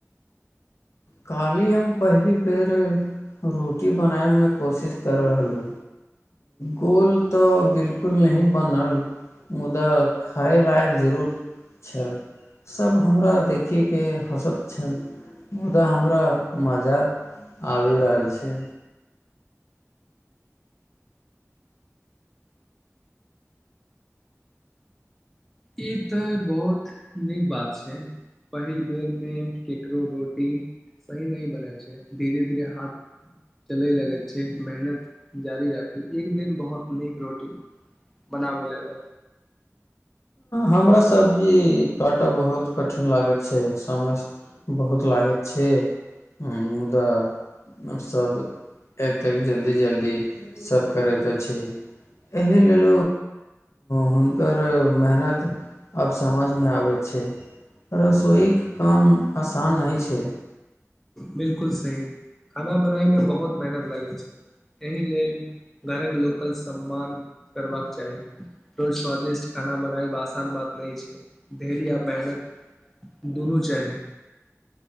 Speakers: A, on the left; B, in the centre.
A: कहली हम पहली बेर रोटी बनाय मे कोशिश कर रहलहु गोल तऽ बिलकुल नहिही बनल मुदा खाय लायक जरूर छै सब हमरा देखैके हँसत छन मुदा हमरा मजा आबि रहल छै
B: ई ते बहुत नीक बात छै पहिल बेर मे केकरो रोटी सही नहि बने छै धीरे धीरे हाथ चलय लगैत छै मेहनत जारी राखू एक दिन बहुत नीक रोटी बनाबे लग
A: हमरा सब्जी काटय बहुत कठिन लागैत छै सममे बहुत लागैत छै मुदा सभ एतेक जल्दी जल्दी सभ करैतैत छी एहि लेल हुनकर मेहनत आब समझमे आबैत छै रसोइके काम आसान नहि छै
B: बिलकुल सही खाना बनाय मे बहुत मेहनत लगैत छै एहि लेल घरक लोकल सम्मान करबाक चाही रोज स्वादिष्ट खाना बनायब आसान बात नहि छै धैर्य आ मेहनत दुनू चाहि